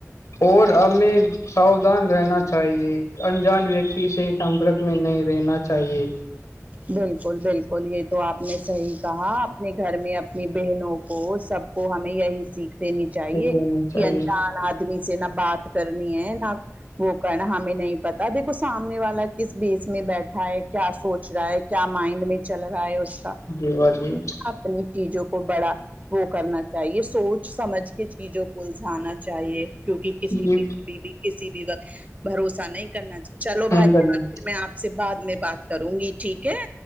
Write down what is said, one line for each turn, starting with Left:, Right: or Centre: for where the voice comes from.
Left: اور ہمیں ساوودھان رہنا چاہیے انجان ویکتی سے ہی سمپرک میں نہیں رہنا چاہیے
Right: بالکل بالکل یہ تو آپ نے صحیح کہا اپنے گھر میں اپنی بہنوں کو سب کو ہمیں یہی سیکھ دینی چاہیے
Left: دینا چاہیے
Right: کہ انجان آدمی سے نہ بات کرنی ہے نہ وہ کرنا ہمیں نہیں پتا دیکھو سامنے والا کس بیس میں بیٹھ اھا کیا سوچ رہا ہے کیا مائنڈ میں چل رہا ہے اس کا
Left: جی با جی
Right: اپنی چیزوں کو بڑا وہ کرنا چاہیے سوچ سمجھ کے چیزوں کو الجھانا چاہیے کیک کسی
Left: جی
Right: بھی کھی بھی کسی بھی وقت بھروسہ نہیں کرنا چلو بھائی
Left: کرنا
Right: پھر میں آپ سے بعد میں بات کروں گی ٹھیک ہے